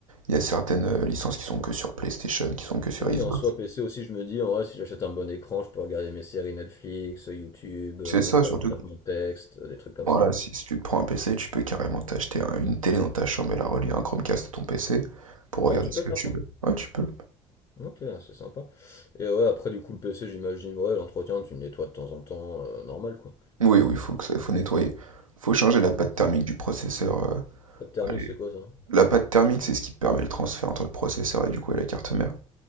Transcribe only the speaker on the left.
Oui,
en soi, PC aussi, je me dis, en vrai, si j'achète un bon écran, je peux regarder mes séries Netflix, YouTube, euh,
faire
du traitement de texte, euh, des trucs comme
ça.
Ah, tu
peux
faire
ça?
Ok, c'est sympa. Et ouais, après, du coup, le PC, j'imagine, ouais, l'entretien, tu le nettoies de temps en temps, euh, normal, quoi.
Hmm.
Pas de thermique,
c'est quoi ça?